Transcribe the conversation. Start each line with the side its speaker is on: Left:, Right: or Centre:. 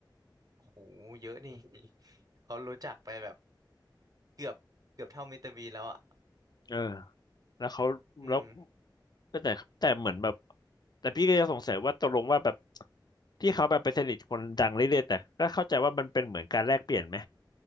Right: โหเยอะนี่ <laughs> เขารู้จักไปแบบเกือบเกือบเท่ามิสเตอร์บีนแล้วอ่ะ
Left: เออแล้วเขาแล้ว
Right: อืม
Left: แต่แต่เหมือนแบบแต่พี่ก็ยังสงสัยว่าตกลงว่าแบบที่เขาแบบไปสนิทคนดังเรื่อยๆแต่ก็เข้าใจว่ามันเป็นเหมือนการแลกเปลี่ยนไหม